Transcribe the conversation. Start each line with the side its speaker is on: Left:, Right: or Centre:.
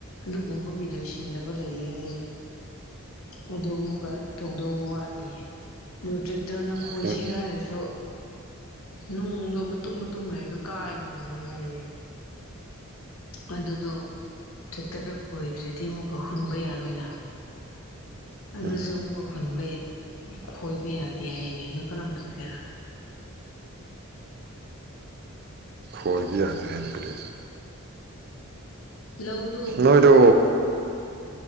Left: ꯑꯗꯨꯒꯨꯝꯕꯒꯤ ꯂꯣꯏꯁꯤꯟꯗꯕ ꯂꯩꯌꯦ ꯍꯥꯏꯌꯦ ꯑꯗꯨ ꯑꯃꯨꯛꯀ ꯇꯧꯗꯧꯕ ꯋꯥꯠꯂꯤ ꯑꯗꯨ ꯇ꯭ꯔꯦꯛꯇꯔꯅ ꯈꯣꯏꯁꯦ
Right: ꯍꯌꯦꯡ
Left: ꯍꯥꯏꯔꯁꯤ ꯁꯨ ꯅꯨꯡꯗꯣ ꯃꯇꯨꯝ ꯃꯇꯨꯝ ꯂꯩꯔꯤꯗ ꯀꯥꯏꯕ ꯉꯝꯃꯣꯏ ꯍꯥꯏꯌꯦ ꯑꯗꯨꯗꯣ ꯇ꯭ꯔꯦꯛꯇꯔꯗꯣ ꯈꯣꯏꯗ꯭ꯔꯗꯤ ꯑꯃꯨꯛꯀ ꯍꯨꯟꯕ ꯌꯥꯔꯣꯏꯅ ꯑꯗꯨꯁꯨ
Right: ꯎꯝ
Left: ꯑꯃꯨꯛ ꯍꯨꯟꯕ ꯈꯣꯏꯕ ꯌꯥꯗꯦ ꯍꯥꯏꯅꯦ ꯑꯗꯨ ꯀꯔꯝ ꯇꯧꯁꯤꯔꯥ
Right: ꯀꯣꯏꯕ ꯌꯥꯗ꯭ꯔꯦ ꯍꯥꯏꯖꯤ ꯀꯔꯤ
Left: ꯂꯧꯗꯨ
Right: ꯅꯣꯏꯗꯣ